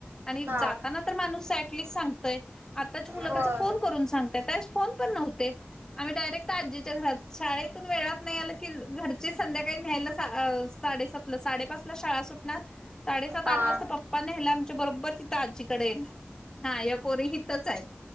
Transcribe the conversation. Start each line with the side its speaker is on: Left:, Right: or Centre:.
Left: आणि
Right: हा
Left: जाताना तर माणूस अ ऍटलिस्ट सांगतय आत्ताची मुल
Right: होय
Left: कशी फोन करून सांगत्यात फोन पण नव्हते आम्ही डायरेक्ट आजीच्या घरात शाळेत वेळात नाही आलं की घरचे संध्याकाळी न्यायला साडे साडेसातला साडेपाच शाळा सुटणार, साडेसात
Right: हा
Left: आठ वाजता पप्पा न्यायला आमच्या बरोबर तिथं आजीकड येणार. हा या पोरी हितच आहेत.